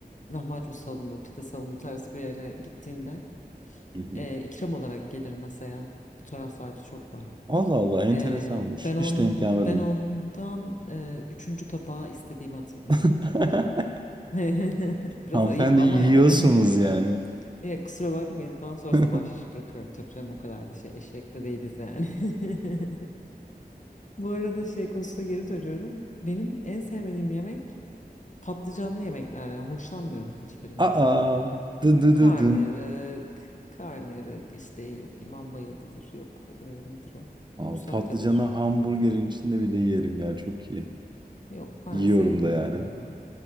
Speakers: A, on the left; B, on the right.
A: lahmacun salonu, pide salonu tarzı bir yere gittiğinde
B: Hı hı.
A: ee, ikram olarak gelir masaya. Bu taraflarda çok var.
B: Allah Allah enteresanmış.
A: Ee, ben on
B: Hiç denk gelmedim.
A: ben ondan ee, üçüncü tabağı istediğimi hatırlıyorum.
B: <laughs>
A: İkram. <laughs> Biraz
B: Hanımefendi
A: ayıp ama
B: yiyorsunuz
A: yani hani
B: yani.
A: "Ya kusura bakmayın falan sonrasında
B: <laughs>
A: bahşiş bırakıyorum. Tabii canım o kadar da şey eşek de değiliz yani. <laughs> Bu arada şey konusuna geri dönüyorum. Benim en sevmediğim yemek patlıcanlı yemekler ya. Hoşlanmıyorum hiçbirinden.
B: Aa, dı dı
A: Karnıyarık,
B: dı dın.
A: karnıyarık işte yok imam bayıldıdır yok e, nedir o?
B: Abi
A: Musakkadır.
B: patlıcanı hamburgerin içinde bile yerim ya çok iyi.
A: Yok ben
B: Yiyorum
A: sevmiyorum
B: da yani.
A: ya.